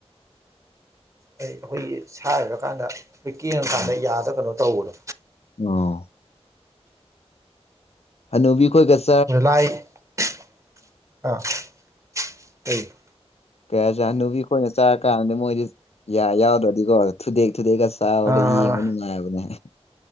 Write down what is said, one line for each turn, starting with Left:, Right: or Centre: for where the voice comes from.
Right: ꯑꯩ ꯑꯈꯣꯏꯒꯤ ꯁꯥꯏꯔ ꯀꯥꯟꯗ ꯄꯦꯛ ꯀꯪꯉꯀꯥꯟꯗ
Left: ꯎꯝ
Right: ꯌꯥꯗ ꯀꯩꯅꯣ ꯇꯧꯕꯗꯣ꯫
Left: ꯑꯣ꯫ ꯍꯅꯨꯕꯤ ꯈꯣꯏꯒ ꯁ
Right: <unintelligible>
Left: ꯀꯌꯥ ꯆꯥ ꯍꯅꯨꯕꯤ ꯈꯣꯏꯅ ꯆꯥꯔ ꯀꯥꯟꯗꯗꯤ ꯃꯣꯏꯗꯤ ꯌꯥ ꯌꯥꯎꯗ꯭ꯔꯗꯤꯀꯣ ꯊꯨꯗꯦꯛ ꯊꯨꯗꯦꯛꯀ ꯆ ꯆꯥꯕꯗ
Right: ꯑꯥ
Left: ꯌꯦꯡꯕ ꯅꯨꯡꯉꯥꯏꯕꯅꯦ <unintelligible>